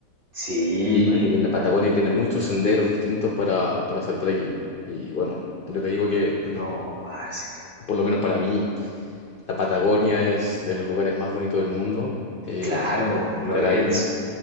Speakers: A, on the right; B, on the left.
A: Sí,
B: y
A: marica.
B: en la Patagonia tienes muchos senderos distintos para, para hacer trekking. Y bueno, yo te digo que,
A: No, parce.
B: por lo menos para mí, la Patagonia es de los lugares más bonitos del mundo. Eh,
A: Claro,
B: estar
A: lo es.
B: ahí